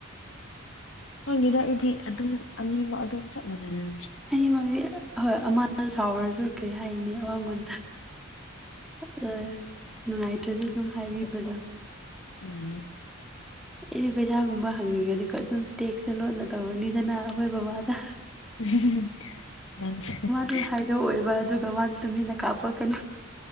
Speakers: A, on the left; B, in the centre.
A: ꯈꯪꯗꯦꯗ ꯑꯩꯗꯤ ꯑꯗꯨꯝ ꯑꯅꯤꯃꯛ ꯑꯗꯨꯝ ꯆꯞ ꯃꯥꯟꯅꯅꯥ
B: ꯑꯅꯤꯃꯛꯖꯤ ꯍꯣꯏ ꯑꯃꯥꯅ ꯁꯥꯎꯔꯁꯨ ꯀꯩ ꯍꯥꯏꯅꯤ ꯑꯃꯉꯣꯟꯗ <unintelligible> ꯅꯨꯡꯉꯥꯏꯇ꯭ꯔꯁꯨ ꯑꯗꯨꯝ ꯍꯥꯏꯕꯤꯕꯗꯣ
A: ꯑꯥ
B: ꯑꯩꯗꯤ ꯄꯩꯁꯥꯒꯨꯝꯕ ꯍꯪꯅꯤꯡꯉꯗꯤꯀꯣ ꯑꯗꯨꯝ ꯇꯦꯛꯁ ꯁꯦ ꯂꯣꯟꯅ ꯇꯧꯔꯅꯤꯗꯅ ꯑꯩꯈꯣꯏ ꯕꯕꯥꯗ
A: <unintelligible>
B: ꯖꯨ ꯍꯥꯏꯗꯣꯛꯑꯣꯏꯕ ꯑꯗꯨꯒ ꯃꯥꯁꯨ ꯇꯨꯃꯤꯟꯅ ꯀꯥꯞꯄꯛꯀꯅꯤ